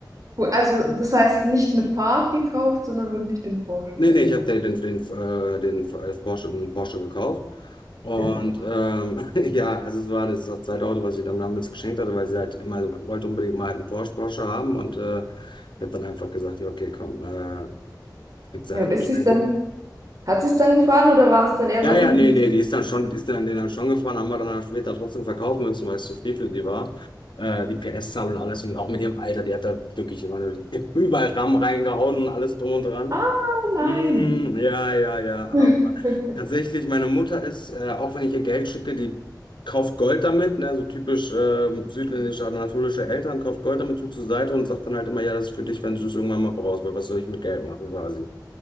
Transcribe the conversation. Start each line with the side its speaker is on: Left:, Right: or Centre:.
Right: cool. Also das heißt nicht eine Fahrt gekauft, sondern wirklich den Porsche
Left: Nee,
Right: selber.
Left: nee, ich habe den, den, den, äh, den äh, Porsche, den Porsche gekauft. Und
Right: <laughs>
Left: ähm, <laughs> ja, also es war das, das zweite Auto, was ich dann damals geschenkt hatte, weil sie halt immer so wollte unbedingt mal halt einen Porsche, Porsche haben. Und äh, ich habe dann einfach gesagt, ja, okay, komm, äh, kriegt sie
Right: Ja,
Left: ein
Right: und ist
Left: Geschenk.
Right: sie's dann, hat sie es dann gefahren oder war es dann eher
Left: Ja,
Right: so,
Left: ja,
Right: oh,
Left: nee,
Right: wie ist
Left: nee, die ist dann schon, die ist dann, die dann schon gefahren, haben wir dann auch später trotzdem verkaufen müssen, weil es zu viel für sie war. Äh, die PS-Zahl und alles und auch mit ihrem Alter, die hat da wirklich immer nur- überall RAM reingehauen und alles drum und dran.
Right: Ah, nein.
Left: Mm, ja, ja, ja.
Right: <laughs>
Left: Aber tatsächlich, meine Mutter ist, äh, auch wenn ich ihr Geld schicke, die kauft Gold damit, ne, so typisch ähm, südländische, anatolische Eltern, kauft Gold damit, tut zur Seite und sagt dann halt immer, ja, das ist für dich, wenn du es irgendwann mal brauchst, weil was soll ich mit Geld machen quasi.